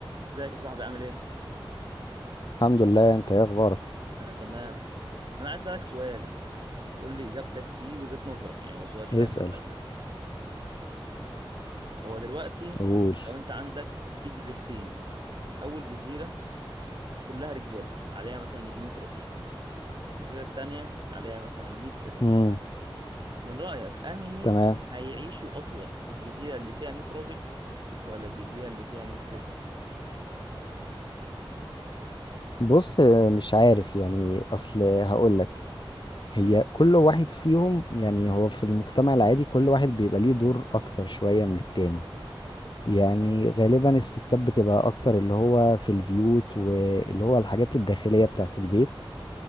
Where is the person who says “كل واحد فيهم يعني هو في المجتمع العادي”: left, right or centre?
Left